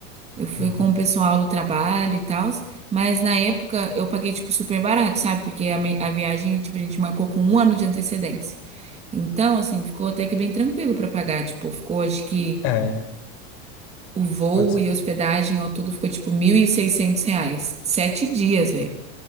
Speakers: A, on the right; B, on the left.
A: Eu fui
B: Uhum.
A: com o pessoal do trabalho e tal, mas na época eu paguei, tipo, super barato, sabe? Porque a, me- a viagem, tipo, a gente marcou com um ano de antecedência. Então, assim, ficou até que bem tranquilo pra pagar. Tipo, ficou, acho que
B: É,
A: o voo
B: quando você.
A: e hospedagem ao todo ficou, tipo, 1.600 reais. Sete dias, velho.